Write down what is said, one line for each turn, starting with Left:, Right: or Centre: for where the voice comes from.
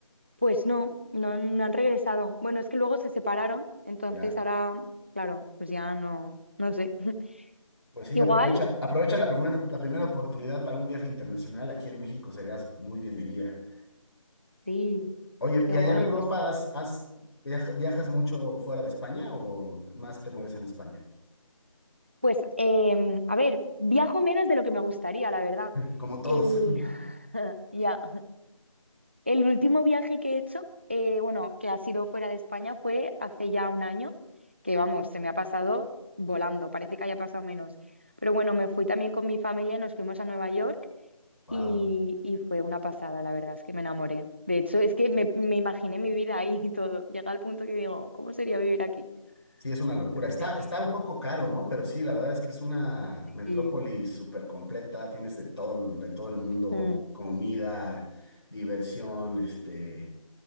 Right: Pues no, no, han no han regresado. Bueno, es que luego se separaron, entonces
Left: Ya.
Right: ahora, claro, pues ya no, no sé. <laughs>
Left: Pues sí,
Right: Igual,
Left: aprovecha, aprovecha la primera, la primera oportunidad para un viaje internacional aquí en México, serías muy bienvenida.
Right: sí,
Left: Oye,
Right: qué
Left: ¿y
Right: guay,
Left: allá en Europa
Right: pues
Left: has, has- viaja- viajas mucho fuera de España o más te mueves en España?
Right: Pues, em, a ver, viajo menos de lo que me gustaría, la verdad.
Left: Como todos.
Right: El,
Left: <laughs>
Right: <laughs> ya, el último viaje que he hecho, eh, bueno, que ha sido fuera de España, fue hace ya un año, que vamos, se me ha pasado volando, parece que haya pasado menos. Pero bueno, me fui también con mi familia, nos fuimos a Nueva York
Left: Wow.
Right: y, y fue una pasada, la verdad, es que me enamoré. De hecho, es que me, me imaginé mi vida ahí y todo. Llega al punto que digo, ¿cómo sería vivir aquí?
Left: Sí, es una locura.
Right: Así
Left: Está,
Right: que...
Left: está un poco caro, ¿no? Pero sí, la verdad es que es una metrópoli
Right: sí
Left: súper completa. Tienes de todo, el- de todo el mundo,
Right: Mm.
Left: comida, diversión, este.